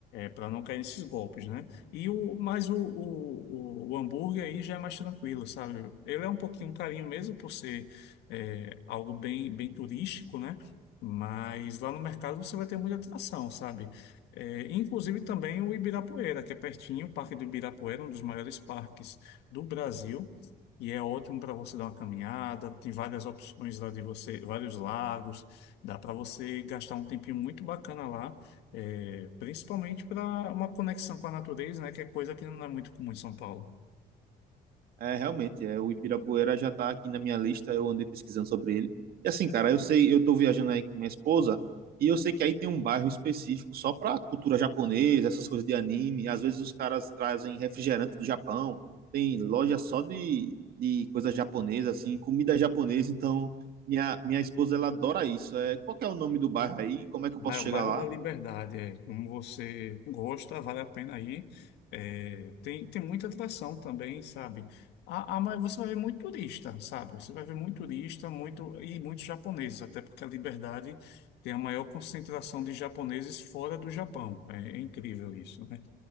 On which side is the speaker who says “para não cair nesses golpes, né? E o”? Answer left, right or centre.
Left